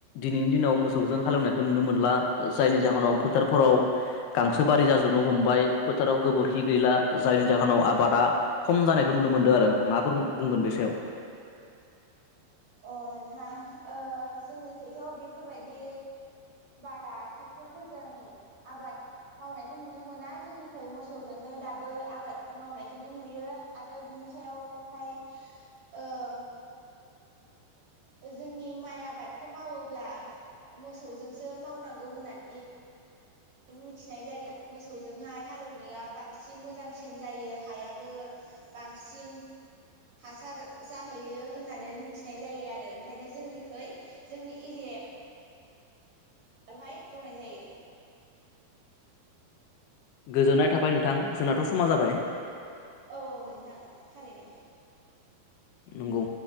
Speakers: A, on the left; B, on the right.
A: दिनैनि दिनाव मोसौजों हालेवनायखौ नुनो मोनला जायनि जाहोनाव फोथारफोराव गांसो बारि जाजोबनो हमबाय फोथाराव गोबोरखि गैला जायनि जाहोनाव आबादा खम जानायखौ नुनो मोनदों आरो माफोर बुंगोन बे सायाव?
B: अ नोंथां ओ जोंनि खैथ बेफोरबायदि बारा ट्रेक्टरफोरजों आबाद मावनायखौ नुनो मोना जोंनिखै मोसौजोंनो दाबो आबाद मावनायखौनो नुयो आरो बिनि सायावहाय ओम जोंनि माइ आबादखौ मावोब्ला मोसौजोंसो मावनांगौ होननानै मिथिनाय जायो मोसौजोंहाय हालौनाया बांसिन मोजांसिन जायो हायाबो बांसिन हासार जाहैयो होननानै मिथिनाय जायो आरो ओंखायनो जोंनिखै जोंनि एरियायाव अहाय एवनाय जायो।
A: गोजोननाय थाबाय नोंथां जोंनाथ समा जाबाय
B: औ औ नोंथां थारैनो।
A: नंगौ।